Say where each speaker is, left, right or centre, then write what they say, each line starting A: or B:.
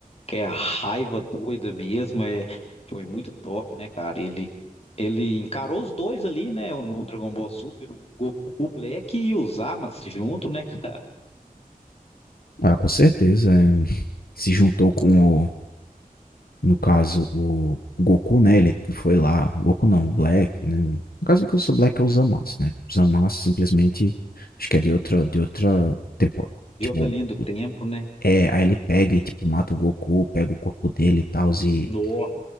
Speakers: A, on the left; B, on the left.
A: Que é raiva doida mesmo, é, foi muito top, né, cara? Ele, ele encarou os dois ali, né, no Dragon Ball Super, o Goku Black e o Zamasu junto, né, <laughs> cara?
B: Ah, com certeza, eh, se juntou com o no caso, o Goku, né, ele foi lá o Goku não, o Black, né. No caso, o que eu sou Black é o Zamasu, né. O Zamasu simplesmente acho que é de outra de outra tempo
A: De
B: tipo,
A: outra linha do tempo, né?
B: é, aí ele pega e, tipo, mata o Goku, pega o corpo dele e tal e
A: Nossa.